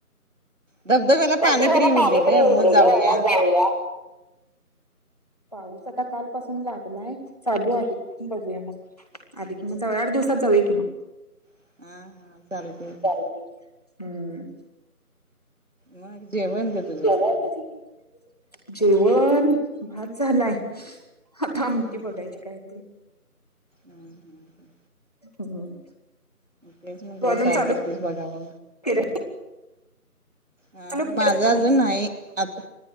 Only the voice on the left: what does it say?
धबधबा
ला
पाणी
तरी येऊ
दे
ग म जाउया. पाऊस आता कालपासून लागलाय चालू आहे बघूया मग. आध कि जावळ आठ दिवसात जाऊ कि मग
चालतय,
हम्म
तती <unintelligible> जेवण? भात झालाय. आता आमटी
बघायची
काहीतरी
हम्म.
तू अजून
चालू
केलं
चालू
केलं